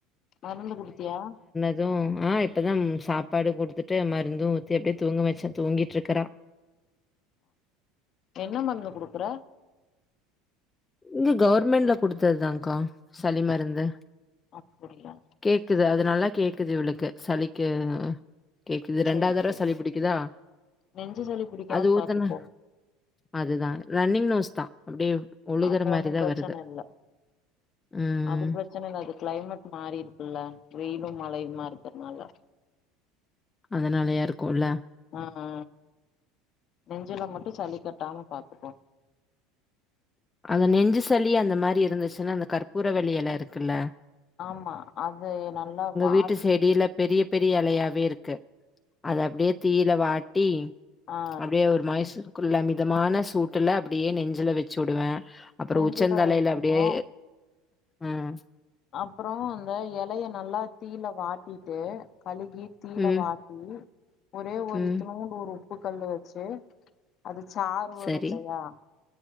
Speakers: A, on the left; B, on the left.
A: மருந்து குடுத்தியா
B: அதும் ஆ இப்பதான் சாப்பாடு குடுத்துட்டு மருந்தும் ஊத்தி அப்டியே தூங்க வைச்ச தூங்கிட்டு இருக்கறா
A: என்ன மருந்து குடுக்குற
B: இங்க கவர்மெண்ட்ல குடுத்ததுதான் கா சளி மருந்து
A: அப்படியா
B: கேக்குது அது நல்லா கேக்குது இவளுக்கு சளிக்கு கேக்குது
A: சேரி
B: ரெண்டாவது தடவ
A: சேரி
B: சளி பிடிக்குதா
A: நெஞ்சு சளி புடிக்காம
B: அது ஊத்துன
A: பாத்துக்கோ
B: அதுதா ரன்னிங் நோஸ் தான் அப்டியே ஒழுகுற
A: அப்போ ஒன்னும்
B: மாரிதா
A: பிரச்சன
B: வருது
A: இல்ல
B: ம்
A: அது பிரச்சன அது கிளைமெட் மாறி இருக்குல்ல வெயிலும் மழையுமா இருக்கறனால
B: அதனாலயா இருக்குல்ல
A: ஆமா நெஞ்சில மட்டும் சளி கட்டாம பாத்துக்கோ
B: அந்த நெஞ்சுசளி அந்த மாறி இருந்துச்சுன்னா அந்த கற்பூர வள்ளி எலருக்குல்ல
A: ஆமா அது நல்லா வாட்டி
B: வீட்டு செடியில பெரிய பெரிய எலையாவே இருக்கு அத அப்டியே தீயில வாட்டி
A: ஆ
B: அப்டியே ஒரு மைசூக்குள்ள மிதமான சூட்டுல அப்படியே நெஞ்சுல வச்சு வுடுவேன் அப்புறம்
A: நெஞ்சுல
B: உச்சந்தலையில
A: வைக்கணு
B: அப்டியே ம்
A: அப்புறம் இந்த எலைய நல்லா தீயில வாட்டிட்டு கழுவி தீயில
B: ம்
A: வாட் டி ஒரே ஒரு
B: ம்
A: இத்துனூன்டு ஒரு உப்பு கல்லு வச்சு அது சாறு வரும்லையா
B: சரி.